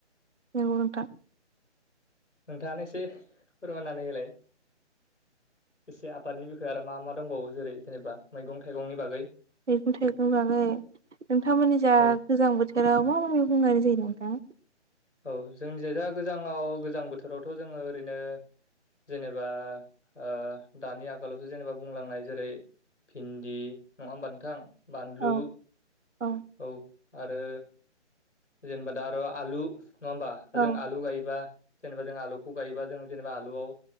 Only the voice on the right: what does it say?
नोंगौ नोंथां
मैगं थाइगं बाङै नोंथांमोननिजा
गोजां बोथोराव मा मा मैगं गायनाय जायो नोंथां
औ औ
औ